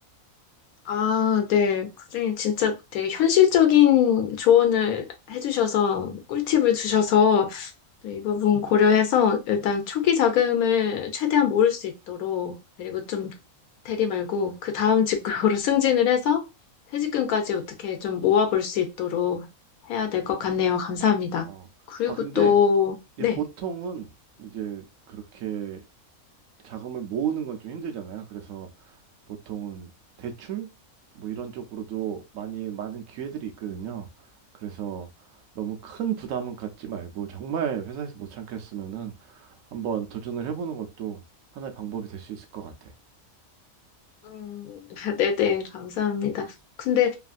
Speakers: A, on the left; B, on the right.
A: 아, 네. 선생님 진짜 되게 현실적인 조언을 해주셔서 꿀팁을 주셔서 이 부분 고려해서 일단 초기 자금을 최대한 모을 수 있도록 그리고 좀 대리 말고 그 다음 직급으로 <laughs> 승진을 해서 퇴직금까지 어떻게 좀 모아볼 수 있도록 해야 될 것 같네요. 감사합니다.
B: 어.
A: 그리고
B: 아, 근데
A: 또,
B: 이제
A: 네.
B: 보통은 이제 그렇게 자금을 모으는 건 좀 힘들잖아요. 그래서 보통은 대출? 뭐 이런 쪽으로도 많이 많은 기회들이 있거든요. 그래서 너무 큰 부담은 갖지 말고 정말 회사에서 못 참겠으면은 한번 도전을 해보는 것도 하나의 방법이 될 수 있을 것 같아요.
A: 음, <laughs> 네네, 감사합니다. 근데